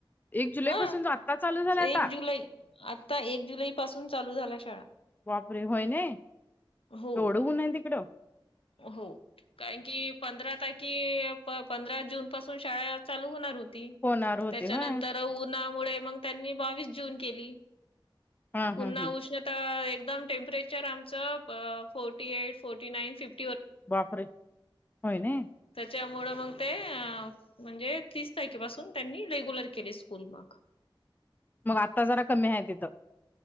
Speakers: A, on the left; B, on the left.
A: एक जुलै
B: हा
A: पासून आत्ता चालू झालाय
B: एक
A: आता.
B: जुलै आता एक जुलै पासून चालू झालयां शाळा.
A: बापरे होय नाही तेवढं
B: हो
A: ऊन आहे तिकडं.
B: हो कारण की पंधरा तारखे पंधरा जून पासून शाळा चालू होणार होत
A: होणार होते
B: त्याच्यानंतर
A: होय
B: उन्हामुळे मग त्यांनी बावीस जून केली.
A: हा
B: पुन्हा
A: हा ह
B: उष्ण ता एकदम टेम्परेचर आमचं फोर्टी एट, फोर्टी नाईन फिफ्
A: बापरे होयने
B: त्याच्यामुळं मग ते म्हणजे तीस तारखेपासून त्यांनी रेग्युलर केले स्कूल मग.
A: मग आत्ता जरा कमी आहे तिथं.